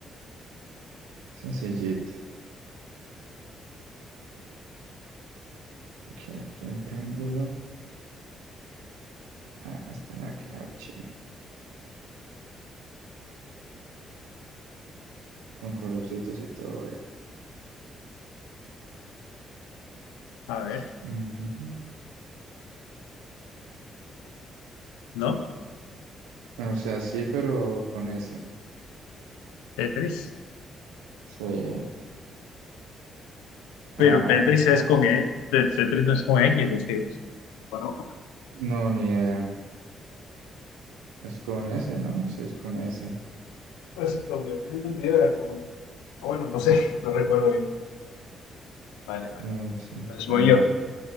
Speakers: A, on the right; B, on the left.
A: Sencillito. Aquí, aquí un triángulo. Ah, este me va a quedar chimba. Con colorcitos y todo, eh.
B: A ver,
A: Ujú.
B: ¿no?
A: O sea, sí, pero con ese.
B: Tetris.
A: Sí.
B: Pero
A: Ah,
B: Tetris
A: no, estaba
B: es con
A: fácil.
B: E. Te- Tetris no es con X, los tíos. Bueno,
A: No, ni idea. Es con ese, ¿no? Sí, es con ese.
B: Pues lo que yo tenía entendido era con... ah, Bueno, no sé, <laughs> no recuerdo bien. Vale, vale.
A: No sé.
B: Pues voy
A: A ver.
B: yo.